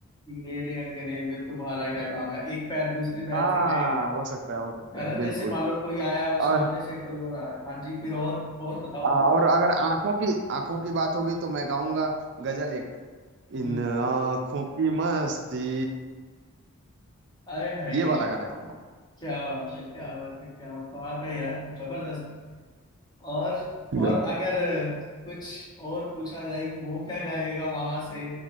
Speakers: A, on the left; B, on the right.
A: मेरे अंगने में तुम्हारा क्या काम है एक पैर दूसरे पैर
B: हाँ
A: से कहेगा
B: हो सकता है हो सकता
A: है
B: है
A: ना
B: बिल्कुल
A: जैसे मान लो कोई आया और सामने
B: और
A: से कोई और आ रहा है हाँ जी फिर और और बताओ
B: आ, और
A: थोड़ा
B: अगर आंखों की आंखों की बात होगी तो मैं गाऊंगा गजल एक इन
A: हम्म
B: आंखों की मस्ती
A: अरे हाय
B: ये वाला गाना गाऊंगा
A: क्या बात है क्या बात है क्या बात है यार जबरदस्त और
B: बिल्कुल
A: और अगर कुछ और पूछा जाए कि वो क्या गाएगा वहां से